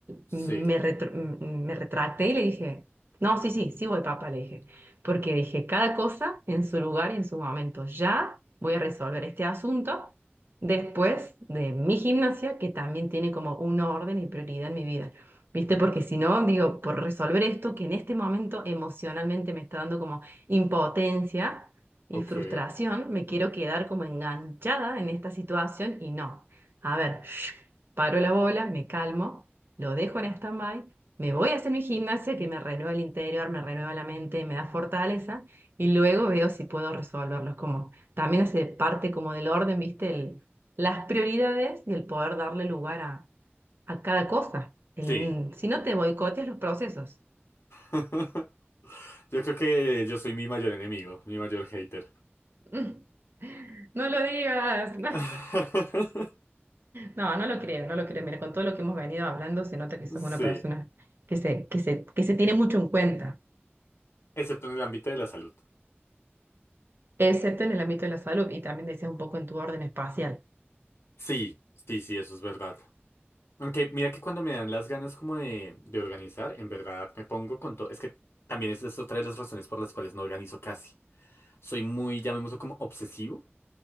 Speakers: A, on the right; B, on the left.
A: Me,
B: Sí.
A: retr- me retracté y le dije, no, sí, sí, sí voy, papá, le dije, porque dije, cada cosa en su lugar y en su momento, ya voy a resolver este asunto después de mi gimnasia, que también tiene como un orden y prioridad en mi vida. ¿Viste? Porque si no, digo, por resolver esto que en este momento emocionalmente me está dando como impotencia y
B: Ok.
A: frustración, me quiero quedar como enganchada en esta situación y no. A ver, shh, paro la bola, me calmo, lo dejo en stand-by, me voy a hacer mi gimnasia que me renueva el interior, me renueva la mente, me da fortaleza y luego veo si puedo resolverlos Es como, también hace parte como del orden, ¿viste? El, las prioridades y el poder darle lugar a, a cada cosa. El-
B: Sí.
A: si no te boicoteas los procesos.
B: <laughs> Yo creo que yo soy mi mayor enemigo, mi mayor hater.
A: <laughs> Mm. No lo digas.
B: <laughs>
A: <laughs> No, no lo creo, no lo creo. Mira, con todo lo que hemos venido hablando, se nota que sos
B: Sí.
A: una persona que se, que se, que se tiene mucho en cuenta,
B: Excepto en el ámbito de la salud.
A: excepto en el ámbito de la salud y también decías un poco en tu orden espacial.
B: Sí, sí, sí, eso es verdad. Aunque mira que cuando me dan las ganas como de, de organizar, en verdad me pongo con todo. Es que también esa es otra de las razones por las cuales no organizo casi. Soy muy, llamémoslo como obsesivo.